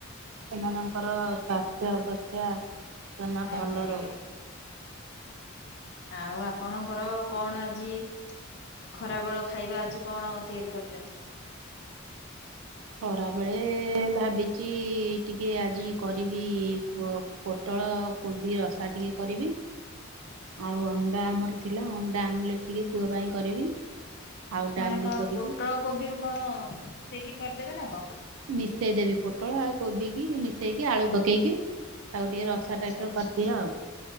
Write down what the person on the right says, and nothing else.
ଏମାନଙ୍କର ସ୍ୱାସ୍ଥ୍ୟ ଅବସ୍ଥା ଜମା ଭଲ
ରହୁ
ଖରାବେଳେ ଭାବିଛି ଟିକେ ଆଜି କରିବି ପୋଟଳ, କୋବି ରସା ଟିକେ କରିବି। ଆଉ ଅଣ୍ଡା ଆମର ଥିଲା, ଅଣ୍ଡା ଆମ୍ଲେଟ ଟିକେ ପୁଅ ପାଇଁ କରିବି। ଆଉ ଡାଲି
କରିବି
ମିଶେଇ ଦେବି ପୋଟଳ ଆଉ କୋବି କି ମିଶେଇକି ଆଳୁ ପକେଇକି ତାକୁ ଟିକେ ରସା
ଟାଇପ ର
କରିଦିଏ ଆଉ।